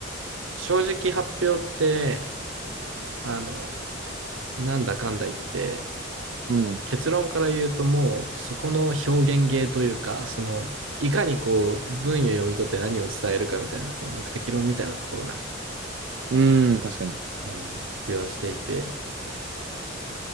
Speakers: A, on the right; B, on the right.
A: 正直発表って、あの、なんだかんだ言って、
B: うん、うん、
A: 結論から言うともうそこの表現芸というか、その、いかにこう、文を読み取って何を伝えるかみたいな、こう、目的論みたいなところな、
B: 確かに。
A: うん、気はしていて。